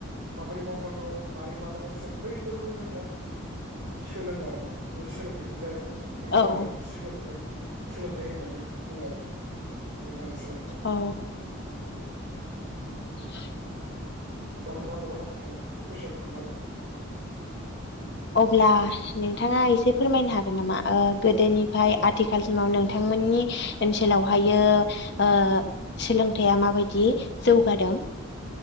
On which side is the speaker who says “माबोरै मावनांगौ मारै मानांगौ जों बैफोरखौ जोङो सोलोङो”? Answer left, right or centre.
Right